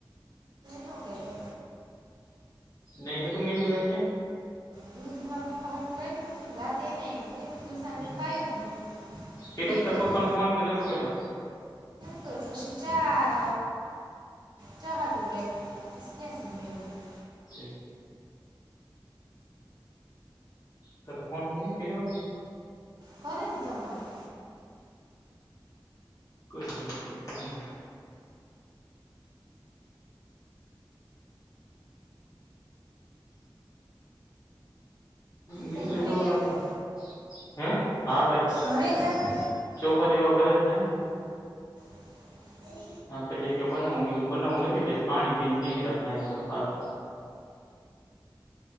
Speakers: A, on the right; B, on the left.
A: નો કેતો.
B: નહી ન તો જ ઉરાઈ તે
A: દૂધુમા બ પા્ટું રય કુતું રા તેં ના આ પજ તૃસા અને
B: હમ
A: પાયુ ને મે
B: કીધો
A: મેં
B: તાર
A: પીધું.
B: પપ્પાને ફોન કે ન તો કયો
A: કરો પછી ચા ચા હાટુંરાખુ. <unintelligible>
B: ક <unintelligible> ત તો ફોન નહી કર્યો હોય.
A: કરે ને તમારે.
B: કર લ છે હમ. નીકળી
A: ક્યાં ઘરે
B: જવા
A: ગયા
B: નતો,
A: હતા
B: હે હા પછી.
A: ઘરે ગયા હતા.
B: ચોખા દેવા કરે ને.
A: <inaudible>
B: હા પછી બનાવું મે બનાવવું નથી. પછી પાણી પીને નીધખાય પાસા.